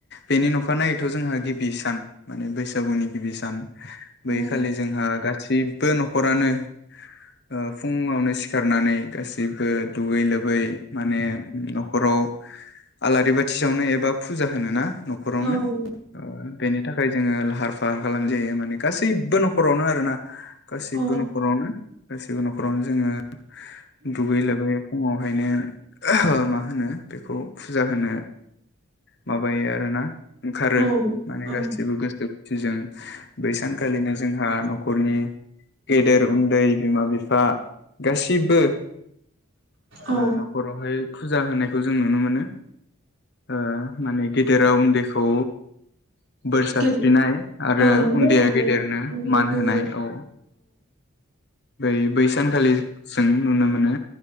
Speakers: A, on the left; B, on the right.
A: बेनि न'खानायनायैथ' जोंहा गिबि सान माने बैसागुनि गिबि सान। बै
B: औ
A: खालि जोंहा गा सिबबो न'खरानो ओ फुंङावनो सिखारनानै गासैबो दुगैयै लोबै माने न'खराव आलारि बाथि सावनो एबा फुजा होनो ना न'खरावनो
B: औ
A: ओ बेनि थाख खाय जोङो लाहार फाहार खालाम जायो माने गासैबो न'खरावनो आरोना। गासैबो
B: औ
A: न'खरावनो गाैबो न'खरावनो जोङो दुगै लोबै फुङावहायनो मा होनो बेखौ फुजा होनो माबायो आरोना ओंखारो
B: औ
A: माने
B: औ
A: गासिबो गोसो खुसिजों बै सानखालिनो जोंहा न'खरनि गेदेर उन्दै बिमा बिफा गासिबो
B: औ
A: ओ न'खरावहाय फुजा होनाय खो जों नुनो मोनो। ओ माने गेदेराव उन्दैखौ बोर सारस्रिनाय
B: गेजे
A: आरो
B: औ नंगौ
A: उन्दैया
B: आरो
A: गेदेरनो
B: उन्दैया
A: मान
B: गेदेर
A: होनाय औ। बै बै सानखालि जों नुनो मोनो